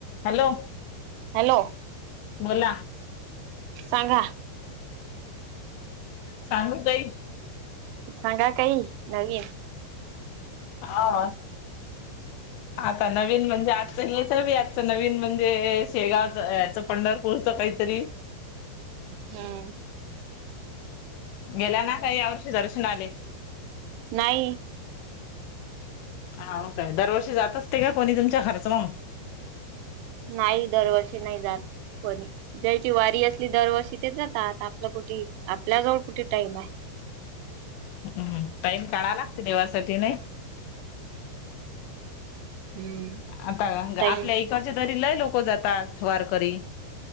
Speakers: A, on the left (about 80°); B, on the right (about 85°).
A: Hello
B: hello
A: बोला.
B: सांगा.
A: सांगू काही.
B: सांगा काही नवीन.
A: हा. आता नवीन म्हणजे, आजच हे सी आजचं नवीन म्हणजे शेगावचं अं. पंढरपूरच काहीतरी.
B: हम.
A: गेल्या ना काही या वर्षी दर्शनाले.
B: नाही.
A: हाव काय दरवर्षी जात असते का, कोणी तुमच्या घरचं मग.
B: नाही दरवर्षी नाही जातं. कोणी ज्यायची वारी असली दरवर्षी तेच जातात. आता आपलं कुठे आपल्याजवळ कुठे टाइम आहे.
A: हम टाईम काढा लागते देवासाठी नयी.
B: हम्म
A: आता
B: टाईम
A: आपल्या इकडचे तरी, लई लोकं जातात वारकरी.